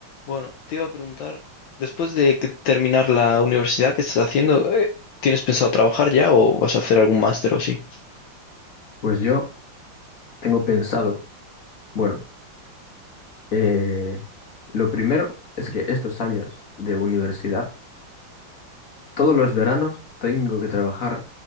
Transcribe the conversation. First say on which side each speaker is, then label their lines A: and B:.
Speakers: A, on the left; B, on the left.
A: Bueno, te iba a preguntar, después de que terminar la universidad ¿qué estás haciendo, eh, ¿tienes pensado trabajar ya o vas a hacer algún máster o sí?
B: Pues yo tengo pensado, bueno, eh, lo primero es que estos años de universidad, todos los veranos tengo que trabajar